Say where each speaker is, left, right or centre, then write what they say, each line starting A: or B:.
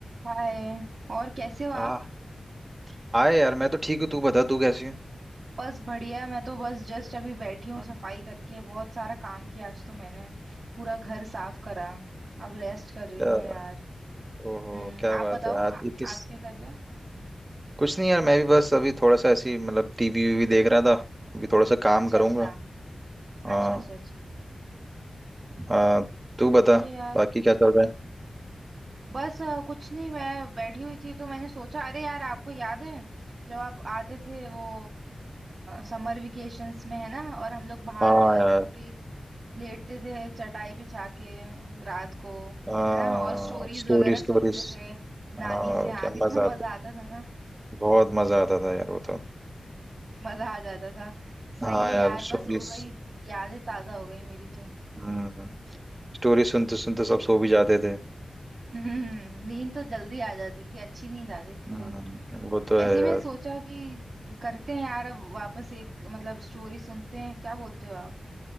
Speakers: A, on the right; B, on the right.
A: हाय और कैसे हो आप
B: आ hi यार मैं तो ठीक हूँ तू बता तू कैसी है
A: बस बढ़िया मैं तो बस जस्ट अभी बैठी हूँ
B: हम्म।
A: सफाई करके बहुत सारा काम किया आज तो मैंने पूरा घर साफ करा अब रेस्ट कर रही
B: क्या
A: हूँ मैं यार
B: ओहो
A: हम्म
B: क्या
A: आप
B: बात
A: बताओ
B: है आज
A: आ,
B: ये किस
A: आप क्या कर रहे हो
B: कुछ नहीं यार मैं भी बस अभी थोड़ा सा ऐसी मतलब टीवी वीवी देख रहा था अभी थोड़ा सा काम
A: अच्छा
B: करूंगा
A: अच्छा
B: हाँ
A: अच्छा अच्छा अच्छा
B: हाँ
A: सही
B: तू बता
A: है यार
B: बाकी क्या चल रहा है
A: बस अ, कुछ नहीं मैं बैठी हुई थी तो मैंने सोचा अरे यार आपको याद है जब आप आते थे वो समर वेकेशंस में है ना और हम लोग बाहर
B: हाँ
A: ऐसे
B: यार
A: पूरी लेटते थे चटाई बिछा के रात को
B: हाँ
A: है ना और स्टोरीज
B: स्टोरी
A: वगैरह
B: स्टोरीज
A: सुनते थे नानी
B: हाँ
A: से हाँ
B: क्या
A: कितना
B: मजा आता
A: मजा आता था ना
B: बहुत मजा आता था यार वो तो
A: मजा आ जाता था सही
B: हाँ
A: है
B: यार
A: यार
B: स्टोरीज
A: बस वही यादें ताजा हो गई मेरी तो
B: हम्म स्टोरी सुनते सुनते सब सो भी जाते थे
A: हम्म नींद तो जल्दी आ जाती थी अच्छी नींद आती थी
B: हम्म
A: फिर
B: वो तो
A: वैसे
B: है
A: ही
B: यार
A: मैंने सोचा कि करते हैं यार अब वापस एक मतलब स्टोरी सुनते हैं क्या बोलते हो आप